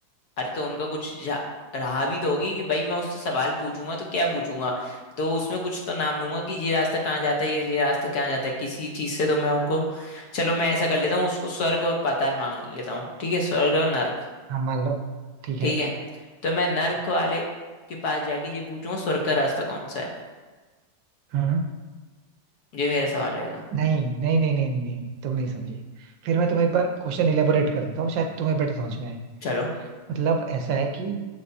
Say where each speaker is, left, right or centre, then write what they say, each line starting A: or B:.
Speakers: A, on the left; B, on the right.
A: अरे तो उनका कुछ जा, रहा भी तो होगी कि भाई मैं उससे सवाल पूछूंगा तो क्या पूछूंगा तो उसमें कुछ तो नाम लूंगा कि ये रास्ता कहाँ जाता है या ये रास्ता कहाँ जाता है किसी चीज से तो मैं उनको चलो मैं ऐसा कर लेता हूँ उसको स्वर्ग और पाताल मांग लेता हूँ ठीक है स्वर्ग और नर्क
B: हाँ मान लो ठीक
A: ठीक
B: है
A: है तो मैं नर्क वाले के पास जाके ये पूछूंगा स्वर्ग का रास्ता कौन सा है
B: हम्म
A: ये मेरा सवाल रहेगा
B: नहीं नहीं नहीं नहीं नहीं नहीं, नहीं तुम नहीं समझे फिर मैं तुम्हें एक बार क्वेश्चन इलेबोरेट कर देता हूँ शायद तुम्हें बेटर समझ में आए
A: चलो
B: मतलब ऐसा है कि